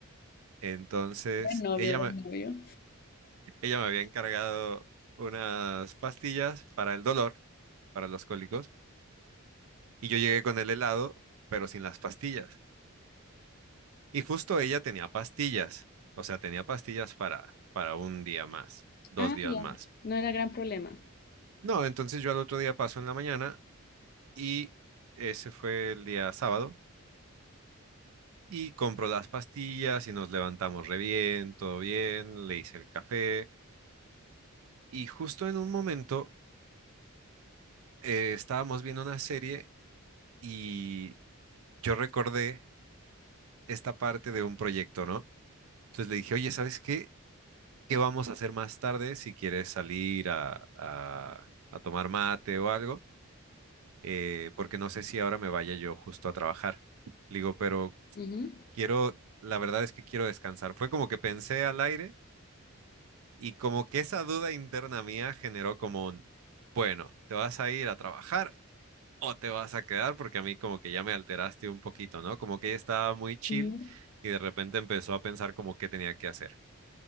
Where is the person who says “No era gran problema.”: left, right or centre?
Left